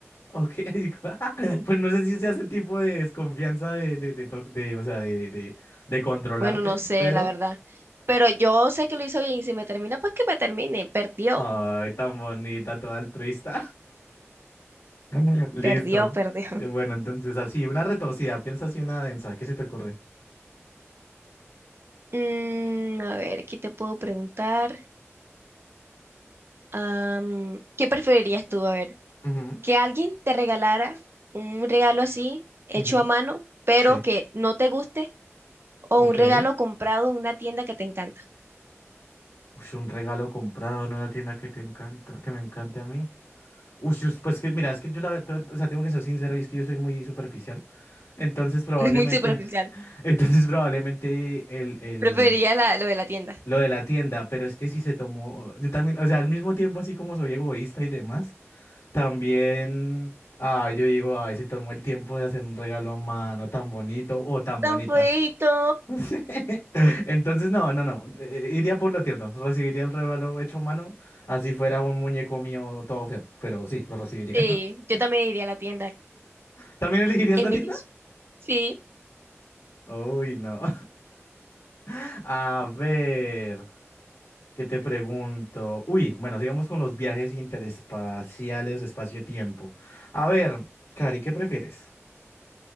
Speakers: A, on the left; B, on the right.
A: Ok, <laughs> pues no sé si sea ese tipo de desconfianza de, de, de, to- de, o sea, de, de, de controlarte,
B: Bueno, no sé,
A: pero...
B: la verdad, pero yo sé que lo hizo bien y si me termina, pues que me termine, perdió,
A: Ay, tan bonita, toda altruista. <laughs> Listo.
B: perdió, perdió.
A: Eh, Bueno, entonces así, una retorcida, piensa así una densa, ¿qué se te ocurre?
B: Mm, a ver, ¿qué te puedo preguntar? Am, ¿qué preferirías tú? A ver,
A: Ujú.
B: que alguien te regalara un regalo así, hecho
A: Ujú,
B: a mano, pero
A: Sí,
B: que no te guste, o
A: ok.
B: un regalo comprado en una tienda que te encanta.
A: Ush, un regalo comprado en una tienda que te encanta, que me encante a mí. Ush, ush, pues que mira, es que yo la, te- o sea, tengo que ser sincero y es que yo soy muy superficial. Entonces
B: <laughs>
A: probablemente,
B: Es muy superficial.
A: <laughs> entonces probablemente el, el,
B: Preferiría la- lo de la tienda.
A: lo de la tienda, pero es que si se tomó, yo también, o sea, al mismo tiempo así como soy egoísta y demás. También, ah, yo digo, ay, se tomó el tiempo de hacer un regalo a mano tan bonito o tan bonita.
B: Tan feíto.
A: <laughs> Sí. Entonces, no, no, no, eh, eh, iría por lo tierno, recibiría el regalo hecho a mano, así fuera un muñeco mío todo feo, pero sí, lo recibiría.
B: Sí,
A: <laughs>
B: yo también iría a la tienda
A: ¿También elegiría
B: en
A: esta tienda?
B: minis. Sí,
A: Uy, no. <laughs> A ver, ¿qué te pregunto? Uy, bueno, sigamos con los viajes interespaciales de espacio-tiempo. A ver, Cari, ¿qué prefieres?